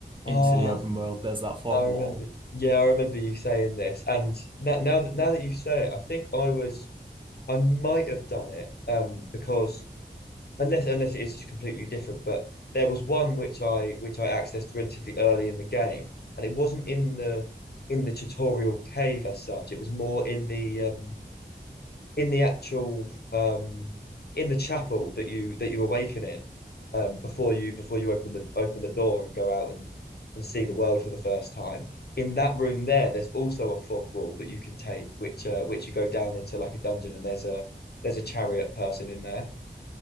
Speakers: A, on the left (about 60°); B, on the right (about 30°).
A: Ah,
B: into the open world, there's that fog
A: I remember.
B: wall.
A: Yeah, I remember you saying this. And now, now that now that you say it, I think I was I might have done it. Um, because unless unless it is completely different, but there was one which I which I accessed relatively early in the game, and it wasn't in the in the tutorial cave as such. It was more in the um in the actual um in the chapel that you that you awaken in um before you before you open the open the door and go out and and see the world for the first time in that room there there's also a fog wall that you can take which uh which you go down into like a dungeon and there's a there's a chariot person in there